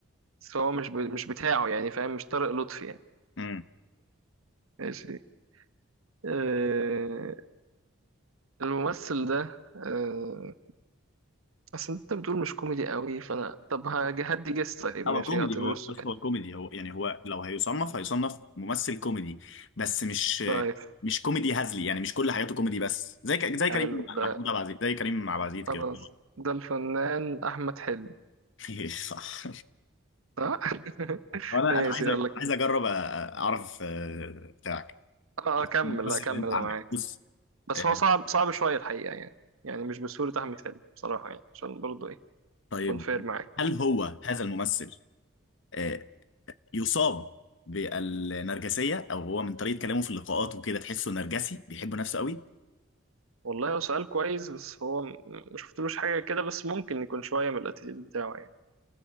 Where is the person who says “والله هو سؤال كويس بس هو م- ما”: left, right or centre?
Right